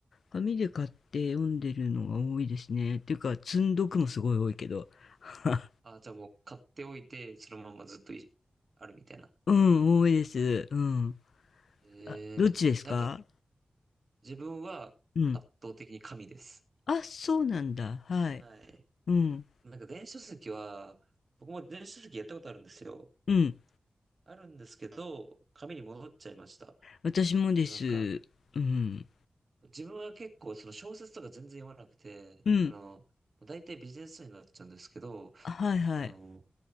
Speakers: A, on the left; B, on the right.
A: 紙で買って読んでるのが多いですね。っていうか、積読もすごい多いけど。<laughs>
B: あ、じゃあもう買っておいて、そのままずっといあるみたいな。
A: うん、多いです。うん。
B: えー、
A: あ、どっちですか？
B: なんか、自分は圧倒的に紙です。
A: うん。あ、そうなんだ。はい。
B: はい。
A: うん。
B: なんか電子書籍は、僕も電子書籍やったことあるんですよ。
A: うん。
B: あるんですけど、紙に戻っちゃいました。
A: 私もです。
B: あの、なんか、
A: うん。
B: 自分は結構その小説とか全然読まなくて、
A: うん。
B: あの、大体ビジネス書になっちゃうんですけど、
A: あ、はいはい。
B: あの、